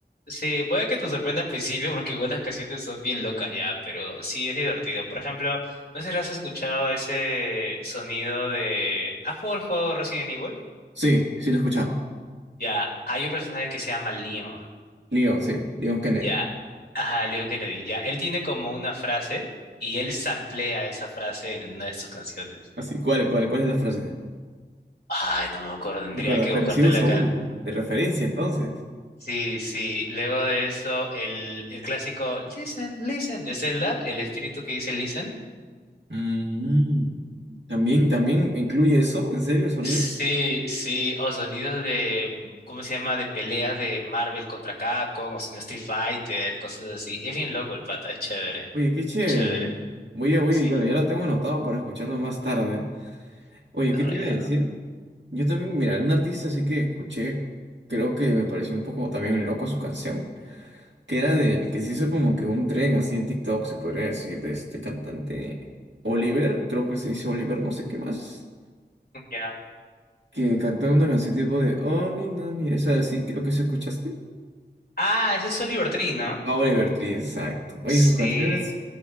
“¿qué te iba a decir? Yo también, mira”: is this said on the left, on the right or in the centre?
Right